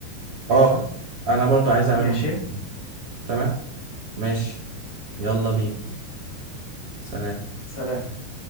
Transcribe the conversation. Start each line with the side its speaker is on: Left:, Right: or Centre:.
Left: فاهم
Right: اه أنا برضو عايز أعمل
Left: ماشي
Right: تمام ماشي يلا بينا سلام
Left: سلام